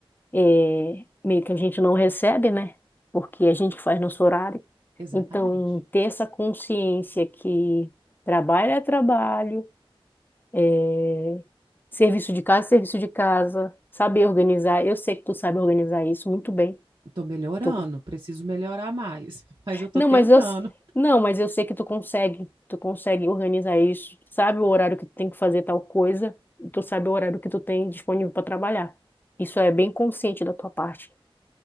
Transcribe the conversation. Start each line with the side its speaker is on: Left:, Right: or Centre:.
Left: é, meio que a gente não recebe, né? Porque é a gente que faz nosso horário.
Right: Exatamente.
Left: Então, ter essa consciência que trabalho é trabalho, é, serviço de casa é serviço de casa, saber organizar. Eu sei que tu sabe organizar isso muito bem.
Right: Estou melhorando,
Left: Tu
Right: preciso melhorar mais, <laughs> mas eu estou
Left: Não,
Right: tentando.
Left: mas eu, s- não, mas eu sei que tu consegue. Tu consegue organizar isso. Tu Sabe o horário que tu tem que fazer tal coisa. E tu sabe o horário que tu tem disponível para trabalhar. Isso é bem consciente da tua parte.